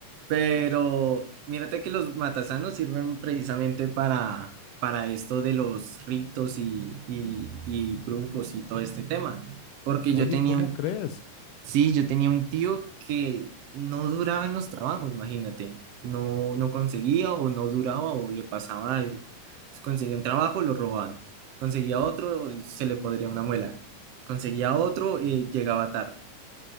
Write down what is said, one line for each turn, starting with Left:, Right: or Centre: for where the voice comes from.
Right: pero mírate que los matasanos sirven precisamente para, para esto de los ritos y, y, y brujos y todo este tema. Porque
Left: Oye,
Right: yo tenía
Left: ¿cómo
Right: un
Left: crees?
Right: Sí, yo tenía un tío que no duraba en los trabajos, imagínate. No, no conseguía o no duraba o le pasaba algo. Entonces, conseguía un trabajo, lo robaban. Conseguía otro, se le podría una muela. Conseguía otro, y llegaba tarde.